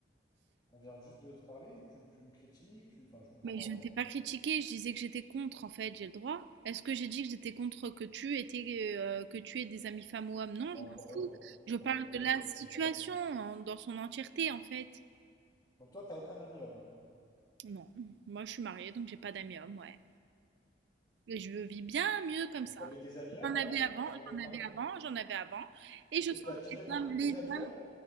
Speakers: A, on the left (about 20°); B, on the right (about 70°).
A: on vient juste de se parler, tu, tu me critiques, tu... Enfin, je comprends
B: Mais
A: pas,
B: je
A: en fait.
B: ne t'ai pas critiqué, je disais que j'étais contre, en fait, j'ai le droit. Est-ce que j'ai dit que j'étais contre que tu étais, euh, que tu aies des amis femmes ou hommes? Non,
A: Bah,
B: je
A: encore
B: m'en fous.
A: heureux,
B: Je
A: encore
B: parle
A: heureux,
B: de la
A: tu vas pas
B: situation
A: être contre l'amitié.
B: en- dans son entièreté, en fait.
A: Donc toi, t'as aucun ami homme.
B: Non, moi, je suis mariée, donc j'ai pas d'amis hommes, ouais. Et je vis bien mieux comme
A: Et
B: ça.
A: t'avais des amis hommes
B: J'en
A: avant,
B: avais avant,
A: avant d'être
B: j'en
A: marié?
B: avais avant, j'en avais avant. Et
A: Et
B: je
A: t'étais
B: sens
A: attiré
B: que les
A: par
B: hommes,
A: tous
B: les
A: tes amis
B: hommes,
A: hommes?